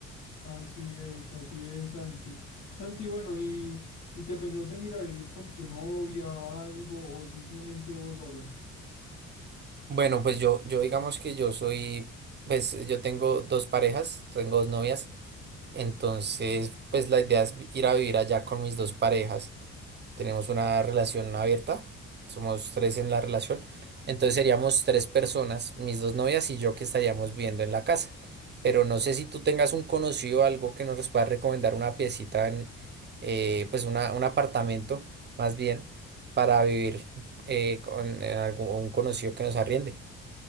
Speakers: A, on the left; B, on the right.
A: Así es, así es, Santi. Santi, bueno, ¿y, y te pensás venir a vivir con tu novia o algo, o simplemente vos solo?
B: Bueno, pues yo, yo digamos que yo soy, pues yo tengo dos parejas, tengo dos novias, entonces pues la idea es vi- ir a vivir allá con mis dos parejas. Tenemos una relación abierta, somos tres en la relación, entonces seríamos tres personas, mis dos novias y yo que estaríamos viviendo en la casa. Pero no sé si tú tengas un conocido, algo que nos pueda recomendar una piecita en, eh, pues una, un apartamento más bien, para vivir eh, con en algún un conocido que nos arriende.